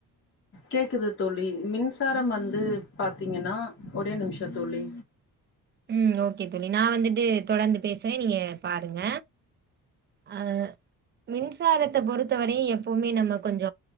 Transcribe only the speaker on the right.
ம் ஓகே தோழி நான் வந்துட்டு தொடர்ந்து பேச சரி நீங்க பாருங்க அஹ் மின்சாரத்தை பொறுத்தவரையு எப்பவுமே நம்ம கொஞ்ச